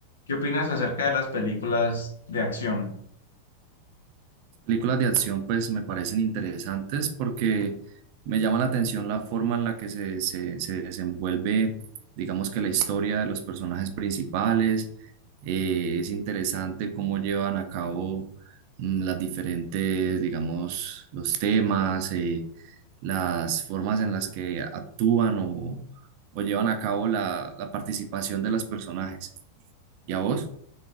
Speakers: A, on the left (about 65°); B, on the right (about 45°).
A: ¿Qué opinas acerca de las películas de acción?
B: Películas de acción pues me parecen interesantes porque me llama la atención la forma en la que se, se- se desenvuelve, digamos que la historia de los personajes principales. Eh, es interesante cómo llevan a cabo mm, las diferentes, digamos, los temas, eh, las formas en las que actúan o, o llevan a cabo la, la participación de los personajes. ¿Y a vos?